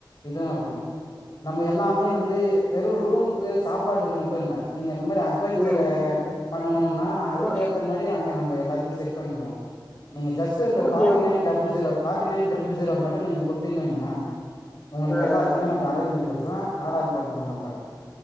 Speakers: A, on the left (about 55°); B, on the left (about 15°).
A: இதுவு இருக்கு நம்ம எல்லாமே வந்து வெறு ரூம் கு சாப்பாட்டுக்கு மட்டு இல்ல நீங்க இந்த மாரி அட்வெஞ்சர்
B: ம்,
A: பண்ணனுனா அதுக்கு
B: ஓ-
A: ஏத்த மாரி அங்க நம் இப்ப எல்லாத்தையும் செட் பண்றோ நீங்க ஜஸ்ட் வந்து
B: ஓகேப்பா
A: ஃபார்டி nine double zero forty nine triple zero மட்டு நீங்க குடுத்திங்கன் வைங்களே உங்களுக்கு
B: அஹ்,
A: எல்லாத்தைமே
B: அஹ்,
A: நாங்க அரேஞ்ச் பண்ணி குடுத்துருவ ஆட் ஆன் பண்ட்ருவோ நம்ப